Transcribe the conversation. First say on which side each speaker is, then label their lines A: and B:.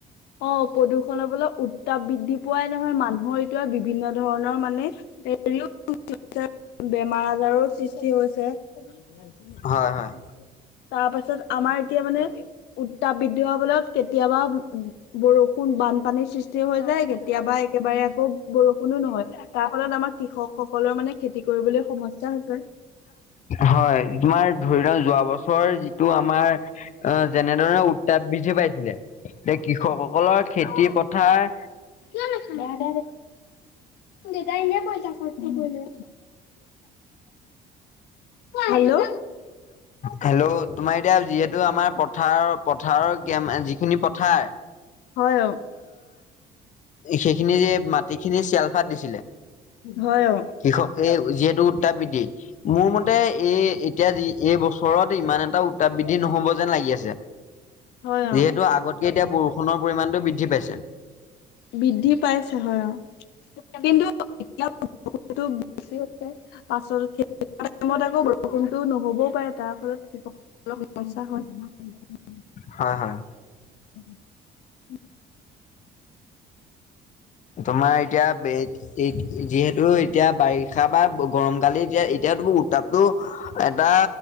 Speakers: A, on the left; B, on the left.
A: অ প্ৰদূষণৰ ফলত উত্তাপ বৃদ্ধি পোৱাই নহয় মানুহৰ এতিয়া বিভিন্ন ধৰণৰ মানে হেৰিও বেমাৰ আজাৰো সৃষ্টি হৈছে। <unintelligible>
B: হয় হয়
A: তাৰ পাছত আমাৰ এতিয়া মানে উত্তাপ বৃদ্ধি হোৱাৰ ফলত কেতিয়াবা বৰষুণ বানপানীৰ সৃষ্টি হৈ যায়গে। কেতিয়াবা একেবাৰে আকৌ বৰষুণো নহয় তাৰ ফলত আমাৰ কৃষকসকলৰ মানে খেতি কৰিবলৈ সমস্যা হৈছে।
B: হয়, তোমাৰ ধৰি লওঁ যোৱা বছৰ যিটো আমাৰ অ' যেনে ধৰণৰ উত্তাপ বীজ পাইছিলে যে কৃষকসকলৰ খেতি পথাৰ
A: কিয় নেখাম বেয়া দেউতাই এনে পইচা খৰচ টো কৰিলে। Hello
B: hello. তোমাৰ, এতিয়া যিহেতু আমাৰ পথাৰৰ পথাৰৰ জ্ঞান এহ যিখিনি পথাৰৰ
A: হয়য়ো।
B: এই সেইখিনি মাটি খিনি চেলফাত দিছিলে
A: হয় অ',
B: কৃষকে যিহেতু টোৰ উত্তাপবিদ্ধি মোৰ মতে এই এতিয়া যি এই বছৰত ইমান এটা উত্তাপবিদ্ধি নহ'ব যেন লাগি আছে।
A: হয় অ'।
B: যিহেতু আগতকে এতিয়া বৰষুণৰ পৰিমাণটো বৃদ্ধি পাইছে।
A: বৃদ্ধি পাইছে হয় আৰু কিন্তু এতিয়া উত্তাপটো বেছি হৈছে পাছলৈ আহা টাইমত আকৌ বৰষুণতো নহ'বও পাৰে। তাৰ ফলত কৃষক অলপ সমস্যা হয়।
B: হয় হয়।
A: <inaudible>
B: তোমাৰ এতিয়া বেইট যিহেতু এতিয়া বাৰিষ ষাবা গৰম কালি এতিয়া এতিয়া তোৰ উত্তাপতটো এটা